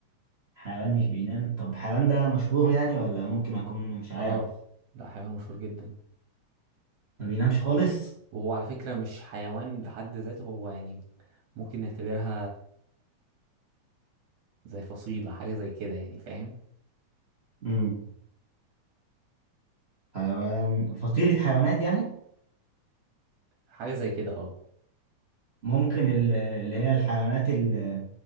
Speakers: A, on the right; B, on the right.
A: حيوان مش بينام طب الحيوان ده مشهور يعني ولا ممكن أكون مش عارف
B: اه لا حيوان مشهور جدا
A: ما بينامش
B: وهو
A: خالص
B: وهو على فكرة مش حيوان بحد ذاته هو يعني ممكن نعتبرها زي فصيلة حاجة زي كده يعني فاهم
A: امم حيوان فصيلة حيوانات يعني
B: حاجة زي كده اه
A: ممكن ال- اللي هي الحيوانات ال-